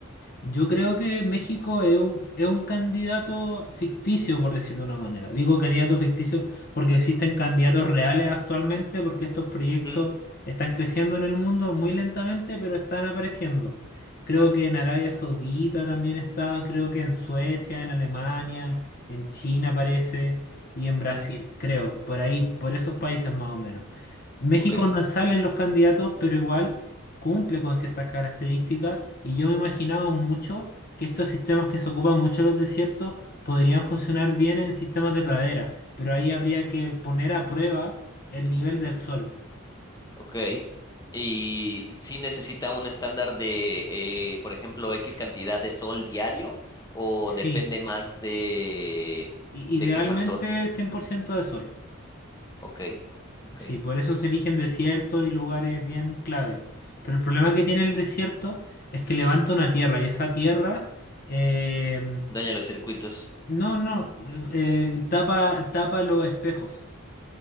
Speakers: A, on the left (about 45°); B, on the left (about 20°).
A: Yo creo que México es un, es un candidato ficticio, por decirlo de una manera. Digo candidato ficticio porque existen candidatos reales actualmente, porque estos proyectos
B: Ujú,
A: están creciendo en el mundo muy lentamente, pero están apareciendo. Creo que en Arabia Saudita también está, creo que en Suecia, en Alemania, en China aparece, y en Brasil,
B: ujú,
A: creo, por ahí, por esos países más o menos. México
B: Ok,
A: no salen los candidatos, pero igual cumple con ciertas características y yo me he imaginado mucho que estos sistemas que se ocupan mucho en los desiertos podrían funcionar bien en sistemas de pradera, pero ahí habría que poner a prueba el nivel del sol.
B: ok. Y si necesita un estándar de, eh, por ejemplo, X cantidad de sol diario o
A: Sí,
B: depende más de,
A: i-
B: de
A: idealmente
B: qué factor.
A: 100% de sol.
B: Ok, ok.
A: Sí, por eso se eligen desiertos y lugares bien clave. Pero el problema que tiene el desierto es que levanta una tierra y esa tierra eh,
B: Daña los circuitos.
A: No, no, eh, tapa, tapa los espejos.